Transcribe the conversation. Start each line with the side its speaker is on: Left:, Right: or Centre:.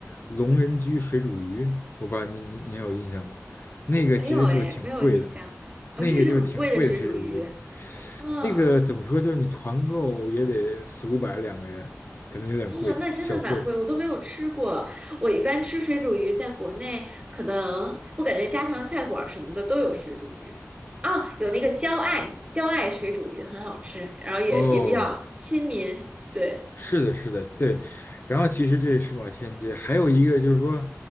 Left: 龙人居水煮鱼，我不知道您您您还有印象吗？那个其实就是挺贵的，
Right: 没有哎，没有印象。哦，
Left: 那个就是挺贵的水煮鱼，
Right: 这是很贵的水煮鱼。嗯
Left: 那个怎么说，就是你团购也得四五百两个人，可能有点贵，
Right: 嗯，那真的蛮贵，
Left: 小贵。
Right: 我都没有吃过。我一般吃水煮鱼，在国内可能我感觉家常菜馆儿什么的都有水煮鱼。哦，有那个焦爱焦爱水煮鱼很好吃，然后也也比较亲民。
Left: 哦，
Right: 对，
Left: 是的，是的，对。然后其实这是世贸天阶，还有一个就是说，